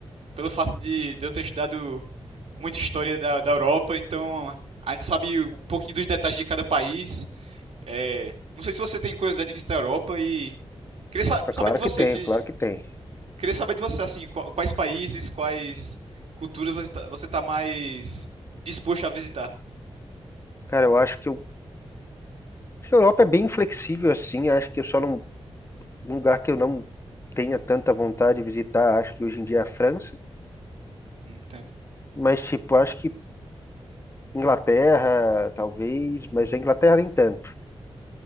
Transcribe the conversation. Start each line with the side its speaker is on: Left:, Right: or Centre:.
Right: pelo fato de, de eu ter estudado muita história da, da Europa, então a gente sabe um pouquinho dos detalhes de cada país. É, não sei se você tem curiosidade de visitar a Europa e queria sa-
Left: Mas
Right: saber
Left: Claro
Right: de você,
Left: que tem,
Right: se
Left: é claro que tem.
Right: queria saber de você assim, qua- quais países, quais culturas você tá, você tá mais disposto a visitar,
Left: Cara, eu acho que eu- a Europa é bem flexível assim. Acho que eu só não. Um lugar que eu não tenha tanta vontade de visitar, acho que hoje em dia é a França.
Right: entende?
Left: Mas, tipo, acho que Inglaterra, talvez. Mas a Inglaterra nem tanto.